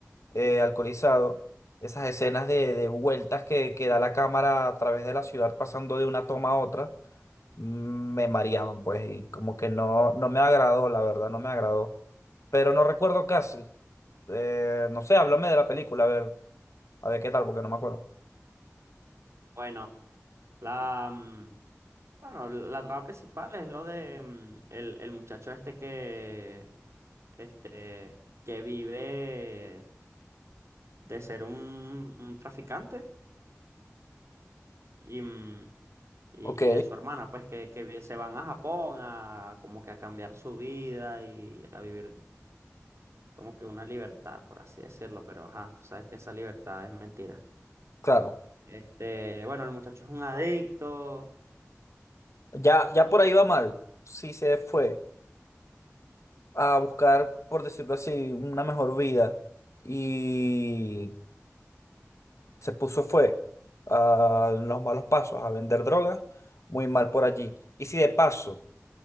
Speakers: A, on the left (about 65°); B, on the right (about 60°).
A: eh, alcoholizado, esas escenas de, de vueltas que, que da la cámara a través de la ciudad pasando de una toma a otra, mm, me mareaban, pues, y como que no, no me agradó, la verdad, no me agradó. Pero no recuerdo casi. Eh, no sé, háblame de la película, a ver, a ver qué tal, porque no me acuerdo.
B: Bueno. La, mm, bueno, la trama principal es lo de mm, el, el muchacho este que, este, que vive de ser un, un traficante y, mm, y,
A: Ok,
B: y de su hermana, pues que, que vi- se van a Japón a como que a cambiar su vida y a vivir como que una libertad, por así decirlo, pero ajá, tú sabes que esa libertad es mentira.
A: claro.
B: Este, bueno, el muchacho es un adicto,
A: Ya, ya por ahí va mal. Sí se fue. a buscar, por decirlo así, una mejor vida y se puso fue a los malos pasos, a vender drogas, muy mal por allí. Y si de paso